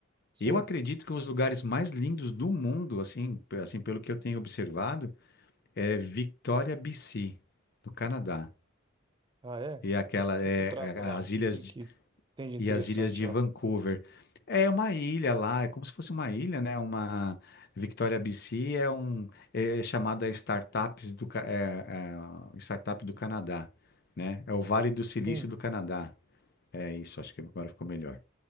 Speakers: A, on the right; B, on the left.
A: Sim.
B: eu acredito que os lugares mais lindos do mundo, assim, pe- assim pelo que eu tenho observado, é Victoria, BC, no Canadá.
A: Ah, é?
B: E
A: Do
B: é aquela,
A: que
B: é,
A: que se trata
B: é,
A: lá?
B: as
A: O que
B: ilhas
A: que, que tem de interessante
B: e as ilhas de
A: lá?
B: Vancouver. É uma ilha lá, é como se fosse uma ilha, né? Uma Victoria B C é um é chamada Startups do Ca- é, é, Startup do Canadá, né? É o Vale do Silício
A: Sim.
B: do Canadá. É isso, acho que agora ficou melhor.